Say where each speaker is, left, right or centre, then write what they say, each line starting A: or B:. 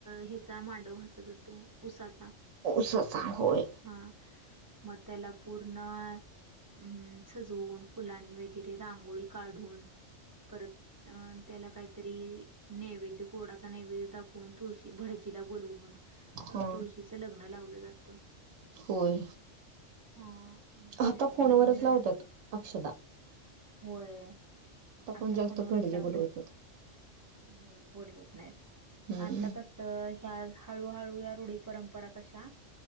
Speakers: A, on the right; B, on the right.
A: ह्याचा मांडव घातला जातो उसाचा.
B: उसाचा होय.
A: हां, म त्याला पूर्ण हं, सजवून फुलांनी वगैरे रांग काढून परत अ त्याला काहीतरी नैवेद्य गोडाचा नैवेद्य दाखवून. तुळशी भडजीला बोलऊन
B: हा
A: तुळशीचं लग् ग्न लावलं जातं.
B: होय.
A: हा म तुळशीचं
B: आता फोनवरच
A: लग्न,
B: लावतात अक्षदा
A: होय. आता
B: कोण जास्त
A: फोनवरच
B: भडजे
A: लावतात.
B: बोलवत नाहीत
A: होय बोलवत नाहीत.
B: हम्म
A: आता कस त ह्या हळूहळू या रूढी परंपरा कशा